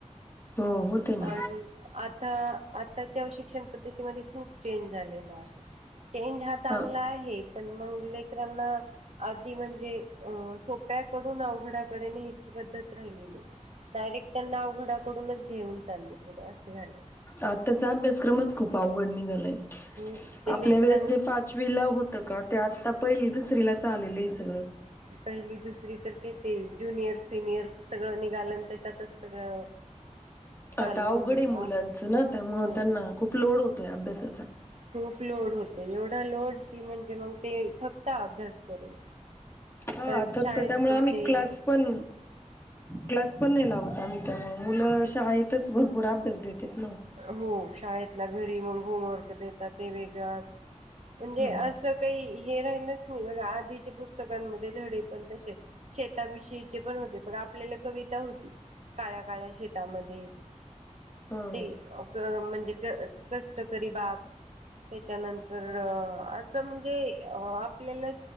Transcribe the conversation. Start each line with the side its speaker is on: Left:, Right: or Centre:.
Left: हो होते ना
Right: आणि आता आताच्या शिक्षण पद्धतीमध्ये खूप चेंज झालेला आहे चेंज हा चांगला
Left: ह
Right: आहे पण मंग लेकरांना आधी म्हणजे सोप्या अवघडाकडेची पद्धत राहिलेली डायरेक्ट त्यांना अवघडाकडूनच घेऊन चालली पुढं असं झालं
Left: आताचा अभ्यासक्रमच खूप अवघड निघालाय
Right: खूप ते
Left: आपल्या
Right: लेकरां
Left: वेळेस जे पाच पाचवीला होतं का ते आत्ता पहिली दुसरीलाच आलेलं आहे सगळं.
Right: पहिली दुसरी तर ते ज्युनियर सिनियर सगळं निघालं त्याच्यातच सगळं चालू
Left: आता अवघड
Right: होऊन गेला
Left: मुलांचं ना त्यामुळे
Right: हो.
Left: त्यांना खूप लोड होतोय अभ्यासाचा
Right: खूप लोड होतो एवढा लोड की म्हणजे मंग ते थकता अभ्यास करून.
Left: हा
Right: कारण की
Left: थकतो
Right: शाळेत
Left: त्यामुळे
Right: पण
Left: आम्ही
Right: ते
Left: क्लास पण क्लास पण नाही लावत आम्ही त्यामुळे मुलं शाळेतच भरपूर अभ्यास देतेत ना.
Right: हो शाळेतला घरी मग होमवर्क देतात ते वेगळंच म्हणजे
Left: ह
Right: अस चं काही हे राहिलच नाही बघा आधीच्या पुस्तकांमध्ये धडे पण तशे शेताविषयीचे पण होते बघ आपल्याला कविता होती काळ्या काळ्या शेतामध्ये
Left: ह
Right: ते प्रव म्हणजे क कष्टकरी बाप त्याच्यानंतर अ असं म्हणजे अ आपल्याला